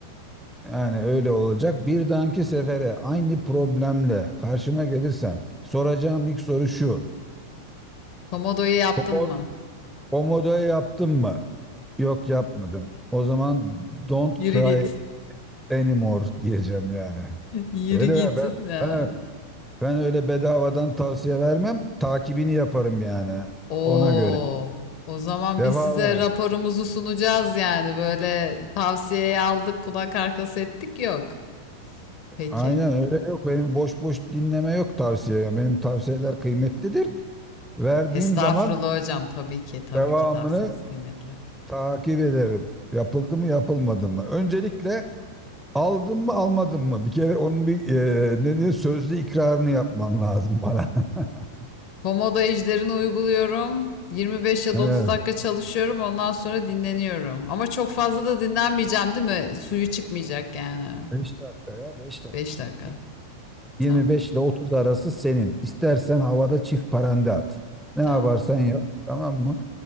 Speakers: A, in the centre; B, on the left (about 45°).
A: yani öyle olacak. Bir dahaki sefere aynı problemle karşıma gelirsen soracağım ilk soru şu.
B: Komodo'yu yaptın
A: Komo,
B: mı?
A: komodo yaptın mı? Yok yapmadım. O zaman don't
B: Yürü
A: cry
B: git.
A: anymore diyeceğim yani.
B: <laughs> Yürü
A: Öyle
B: git.
A: ya ben,
B: Ya.
A: ben, ben öyle bedavadan tavsiye vermem. Takibini yaparım yani
B: Oo.
A: ona göre.
B: O zaman
A: Defalar.
B: biz size raporumuzu sunacağız yani. Böyle tavsiyeyi aldık, kulak arkası ettik yok. Peki.
A: Aynen öyle yok. Benim boş boş dinleme yok tavsiye. ya. Benim tavsiyeler kıymetlidir. Verdiğim
B: Estağfurullah
A: zaman
B: hocam. Tabii ki, tabii
A: devamını
B: ki tavsiyeniz kıymetli.
A: takip ederim. Yapıldı mı yapılmadı mı? Öncelikle aldın mı almadın mı? Bir kere onun bir e, ne diyor sözlü ikrarını yapman lazım bana. <laughs>
B: Komodo ejderini uyguluyorum. 25 ya
A: Evet.
B: da 30 dakika çalışıyorum. Ondan sonra dinleniyorum. Ama çok fazla da dinlenmeyeceğim, değil mi? Suyu çıkmayacak yani.
A: 5 dakikaya beş dakika
B: 5
A: işte
B: dakika.
A: dedik. yirmi
B: Tamam.
A: beş ile 30 arası senin. İstersen havada çift paranda at. Ne
B: Tamam.
A: yaparsan yap tamam mı?